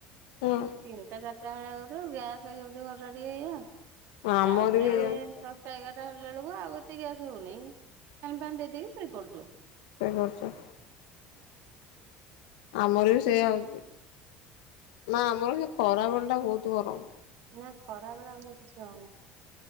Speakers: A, on the left; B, on the right.
A: ହୁଁ
B: ଏଇ ତିନିଟା ଚାରିଟା ବେଳା କତିରୁ ଗ୍ୟାସ ହେଇଯାଉଛି ଘର ଟିକେ ଏଇଆ।
A: ଆମର
B: ତାପରେ
A: ବି ହେଇଯାଉଛି
B: ଏଁ ତ। ଟା ଏଗାରଟା ବାଜିଲା ବେଳକୁ ଆଉ ଏତେ ଗ୍ୟାସ ହଉନି। ଫ୍ୟାନ ଫ୍ୟାନ ଦେଇ ଦେଇକି ଶୋଇ ପଡୁ଼ଛୁ।
A: ଶୋଇ ପଡୁ଼ଚୁ।
B: ହଁ ହଁ।
A: ଆମର ବି ସେଇଆ ହଉଛି। ନା ଆମର ସେ ଖରାବେଳଟା ବହୁତ ଗରମ।
B: ନା ଖରାବେଳେ ଆମର କିଛି ହଉନେଇ।